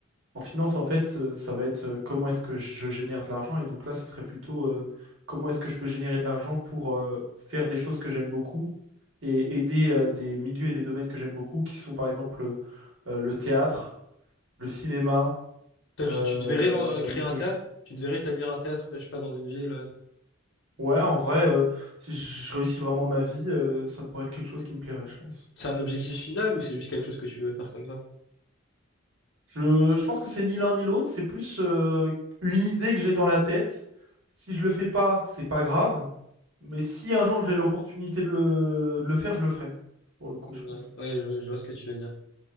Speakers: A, on the right; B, on the left.
A: en finance, en fait, ce- ça va être euh, comment est-ce que je génère de l'argent. Et donc là, ce serait plutôt euh, comment est-ce que je peux générer de l'argent pour euh, faire des choses que j'aime beaucoup et aider euh, des milieux et des domaines que j'aime beaucoup, qui sont par exemple euh, euh, le théâtre, le cinéma,
B: Toi,
A: euh,
B: tu, tu te verrais lan- créer
A: la mythologie.
B: un théâtre? Tu devrais établir un théâtre, je sais pas, dans une ville.
A: Ouais, en vrai, euh, si je je réussis vraiment ma vie, euh, ça pourrait être quelque chose qui me plairait, je pense.
B: C'est un objectif final ou c'est juste quelque chose que tu veux faire comme ça?
A: Je, je pense que c'est ni l'un ni l'autre, c'est plus euh, une idée que j'ai dans la tête. Si je le fais pas, c'est pas grave, mais si un jour j'ai l'opportunité de le, de le faire, je le ferai, pour le coup,
B: Ouais,
A: je pense.
B: ouais, je, je vois ce que tu veux dire.